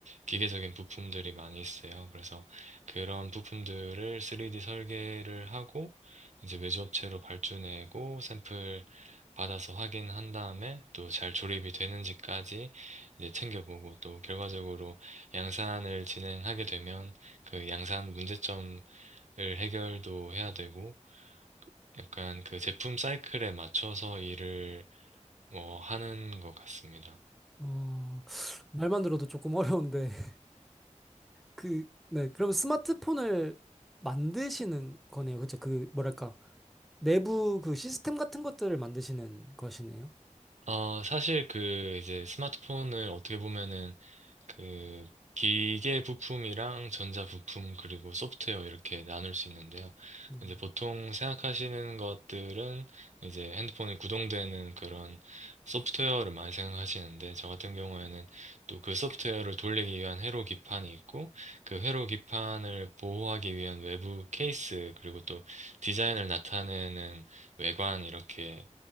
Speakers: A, on the right; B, in the centre.
A: 기계적인 부품들이 많이 있어요. 그래서 그런 부품들을 3D 설계를 하고 이제 외주업체로 발주내고 샘플 받아서 확인한 다음에 또 잘 조립이 되는지까지 이제 챙겨보고 또 결과적으로 양산을 진행하게 되면 그 양산 문제점을 해결도 해야 되고 약간 그 제품 사이클에 맞춰서 일을 뭐 하는 것 같습니다.
B: 어, 말만 들어도 조금 어려운데. <laughs> 그, 네. 그럼 스마트폰을 만드시는 거네요. 그쵸? 그, 뭐랄까. 내부 그 시스템 같은 것들을 만드시는 것이네요.
A: 어, 사실 그 이제 스마트폰을 어떻게 보면은 그 기계 부품이랑 전자 부품 그리고 소프트웨어 이렇게 나눌 수 있는데요.
B: 음,
A: 이제 보통 생각하시는 것들은 이제 핸드폰이 구동되는 그런 소프트웨어를 많이 생각하시는데 저 같은 경우에는 또 그 소프트웨어를 돌리기 위한 회로 기판이 있고 그 회로 기판을 보호하기 위한 외부 케이스 그리고 또 디자인을 나타내는 외관 이렇게